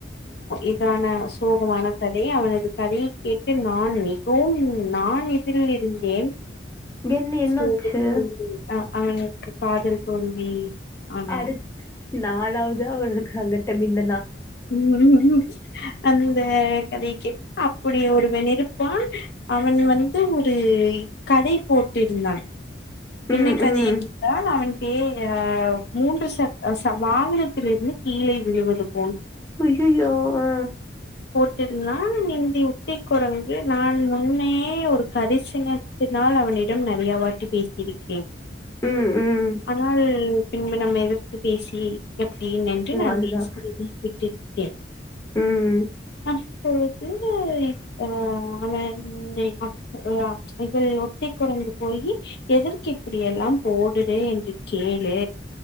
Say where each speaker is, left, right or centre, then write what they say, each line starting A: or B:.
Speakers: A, on the left; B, on the left.
A: இதான சோகமான கதை அவனது கதையை கேட்டு நான் மிகவும் நா நான் எதிரில் இருந்தேன்
B: என்ன என்ன
A: சோகத்தில்
B: ஆச்சு
A: அ அவனுக்கு காதல் தோல்வி ஆன
B: அடுத் நாலாவது அவளுக்கு அங்கட்டம் இன்
A: ம் ம் ம் ஆ இந்த கதைய கேட்டு அப்படிய ஒருவன் இருப்பான் அவன் வந்து ஒரு கடை போட்டிருந்தான்
B: ம்
A: என்ன கதை
B: ம்
A: என்றால் அவன் <unintelligible> மூன்று சக்க வாகனத்திலிருந்து கீழே விழுவதும்
B: ஐயையோ ஆ
A: <unintelligible> உத்தி கொரங்கு நான் முன்னே ஒரு கரிசனத்தினால் அவன் இடம் நெறையா வாட்டி பேசி இருக்கே
B: ம் ம்
A: ஆனால் பின்பு நம்ம எதிர்த்து பேசி எப்டின் என்று நான்
B: அதுதா
A: பேசுவதை விட்டுவிட்டேன்
B: ம்
A: இப்பொழுது ஆ அவன்னை அ <unintelligible> இது ஒட்டி குறைந்து போயி எதற்கு இப்படியெல்லாம் போடுறே என்று கேளு